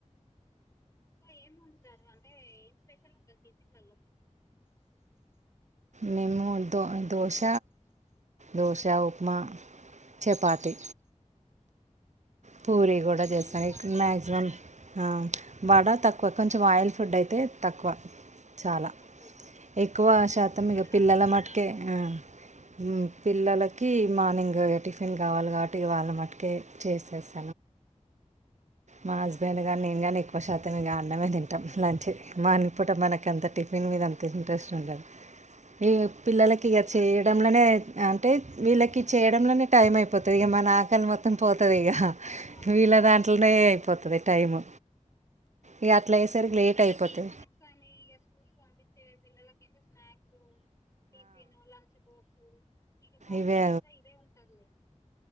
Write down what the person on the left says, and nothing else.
ఇంకా ఏమ్ వన్డుతారు అంటే ఏం స్పెషల్ ఉంటది టిఫిన్లల్లో మీకు
ఇవి వడ
తక్కువ తింటారా
వడ
పూరి
మ్మ్.
ఆ సరే
ఆ మీకు
అలవాటు
లేదేమో
అవును
అవును
కాని ఇగ స్కూల్ పంపించే పిల్లలకైతే స్నాక్స్ టిఫిన్ లంచ్ బాక్సు ఇంక మార్నింగ్
అంత ఇదే ఉంటదిలేండి